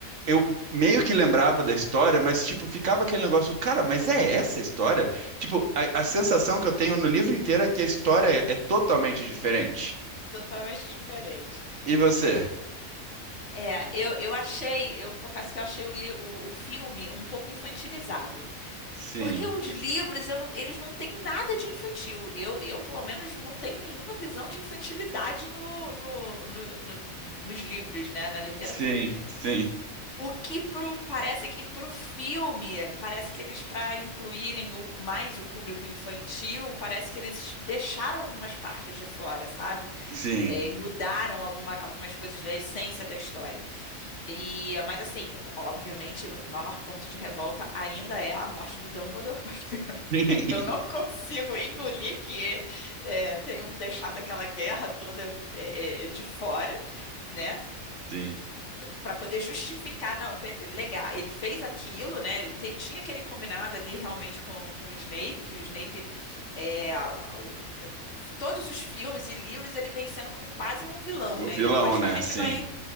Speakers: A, on the right; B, on the left.
A: eu meio que lembrava da história, mas tipo, ficava aquele negócio, cara, mas é essa a história? Tipo, a, a sensação que eu tenho no livro inteiro é que a história é, é totalmente diferente.
B: Totalmente diferente.
A: E você?
B: É, eu, eu achei, eu confesso que eu achei o, li- o, o filme um pouco infantilizado.
A: Sim,
B: Porque os livros, eu não- eles não têm nada de infantil. Eu, eu, pelo menos, não tenho nenhuma visão de infantilidade no, no- no- no- nos livros, né? Na literatura.
A: sim, sim,
B: O que pro, parece que pro filme, parece que eles, para incluírem o, o mais o público infantil, parece que eles deixaram algumas partes de fora, sabe?
A: sim.
B: É, e mudaram alguma- algumas coisas da essência da história. E, mas assim, obviamente, o maior ponto de revolta ainda é a morte do Dumbledore, <laughs>
A: <laughs>
B: Eu não <laughs> consigo engolir que é, tenham deixado aquela guerra toda é, é, de fora, né?
A: Sim.
B: para poder justificar, não, pe- legal, ele fez aquilo, né? ele te- tinha aquele combinado ali realmente com, com o Snape, que o Snape, é, a- o- o- todos os filmes e livros, ele vem sendo como quase um vilão,
A: O
B: né?
A: vilão,
B: E depois
A: né?
B: que a gente
A: Sim,
B: vai